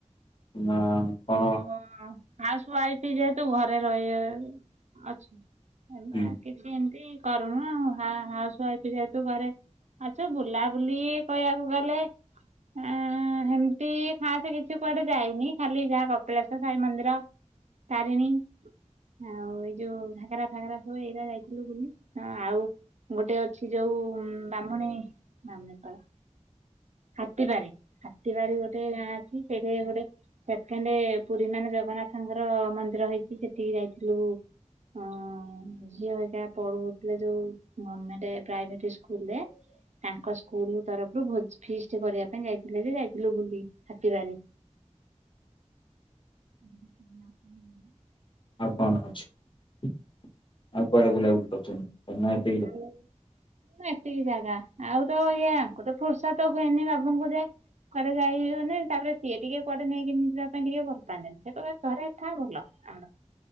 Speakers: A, on the left (about 45°); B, on the right (about 70°).
A: ନା କଁ?
B: ହଁ ହାଉସ୍ ୱାଇଫି ଯେହେତୁ ଘରେ ରଇବେ ଅଛୁ। <unintelligible>
A: ହୁଁ
B: ସେମତି କରୁନୁ ହା ହାଉସ୍ ୱାଇଫି ଯେହେତୁ ଘରେ ଅଛୁ ବୁଲାବୁଲି କଇଆକୁ ଗଲେ ହୁଁ ହେମତି ଖାସେ କିଛି କୁଆଡେ ଯାଇନି। ଖାଲି ଯା କପିଳାସ ସାଇ ମନ୍ଦିର ତାରିଣୀ ଆଉ ଏଇ ଯୋଉ ଘାଗରା ଫାଗାରା ସବୁ ଏଇରା ଯାଇଥିଲି ବୁଲି ଆଉ ଗୋଟେ ଅଛି ଯୋଉ ବାହ୍ମଣୀ ବାଲିଆପାଳ ହାତୀବାରି ହାତୀବାରି ଗୋଟେ ଗାଁ ଅଛି ସେଇଠି ଗୋଟେ ସେଖେଣ୍ଡ ପୁରୀ ମାନେ ଜଗନ୍ନାଥଙ୍କର ମନ୍ଦିର ହେଇଛି ସେଠୀକି ଯାଇଥିଲୁ। ହଁ ଝିଅ ହେରିକା ପଢ଼ୁଥିଲେ ଯୋଉ ମାନେ ପ୍ରାଇଭେଟ୍ ସ୍କୁଲ୍ ରେ। ତାଙ୍କ ସ୍କୁଲ ତରଫରୁ ଭୋଜ ଫିଷ୍ଟ କରିବା ପାଇଁ ଯାଇଥିଲେ ଯେ ଯାଇଥିଲୁ ବୁଲି ହାତିବାରି। <unintelligible>
A: ଆଉ କଣ ଅଛି ଆଉ କୁଆଡ଼େ ବୁଲା ବୁଲି କରିଛନ୍ତି <unintelligible>
B: <unintelligible> ଏତିକି ଜାଗା ଆଉ ତ ଇଏ ଆଙ୍କୁ ତ ଫୁର୍ସତ ହୁଏନି ବାବୁଙ୍କୁ ଯେ ଘରେ ଯାଇ ହଉନି ତାପରେ ସିଏ ଟିକେ କୁଆଡେ଼ ନେଇକି ଯିବା ପାଇଁ ଟିକେ ଭଲପାନ୍ତିନି ସେ କହିବେ ଘରେ ଥା ଭଲ। ଆ